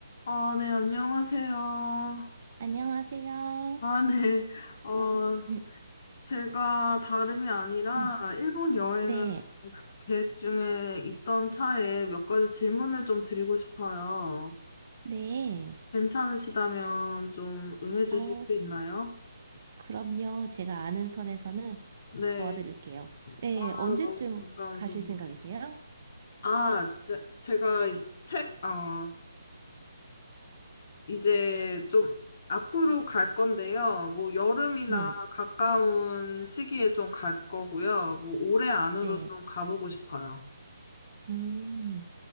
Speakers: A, on the left; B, on the right.
A: 아, 네, 안녕하세요.
B: 안녕하세요.
A: 아, 네. 어,
B: 요. <laughs>
A: 제가 다름이 아니라
B: 네,
A: 일본 여행을
B: 네,
A: 계획 중에 있던 차에 몇 가지 질문을 좀 드리고 싶어요.
B: 네.
A: 괜찮으시다면 좀 응해 주실
B: 어,
A: 수 있나요?
B: 그럼요. 제가 아는 선에서는
A: 네.
B: 도와드릴게요. 네,
A: 아,
B: 언제쯤
A: 너무 반가운
B: 가실
A: 소리.
B: 생각이세요?
A: 아, 제, 제가 이 책, 어, 이제 좀 앞으로 갈 건데요. 뭐 여름이나
B: 네,
A: 가까운 시기에 좀 갈 거고요. 뭐 올해 안으로
B: 네.
A: 좀 가보고 싶어요.
B: 음,